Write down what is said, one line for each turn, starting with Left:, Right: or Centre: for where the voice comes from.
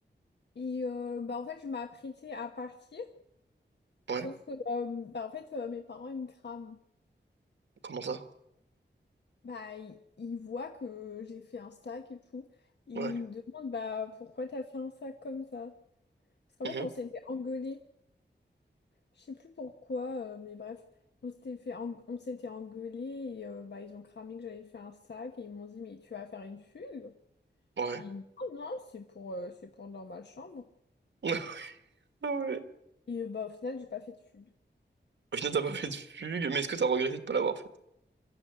Left: Et euh, bah, en fait, je m'apprêtais à partir,
Right: Ouais.
Left: sauf que euh, bah, en fait, euh, mes parents, ils me crament.
Right: Comment ça?
Left: Bah, ils, ils voient que j'ai fait un sac et tout. Et
Right: Ouais.
Left: ils me demandent, bah, pourquoi t'as fait un sac comme ça? Parce qu'en
Right: Mhm.
Left: fait, on s'était engueulés. Je sais plus pourquoi, euh, mais bref, on s'était fait en- on s'était engueulés et euh, bah, ils ont cramé que j'avais fait un sac et ils m'ont dit, mais tu vas faire une fugue?
Right: Ouais.
Left: J'ai dit, non, non, c'est pour, euh, c'est pour dans ma chambre.
Right: <laughs> Ah ouais.
Left: Et euh, bah au final, j'ai pas fait de fugue.
Right: Au final, t'as pas fait de fugue, mais est-ce que t'as regretté de pas l'avoir fait?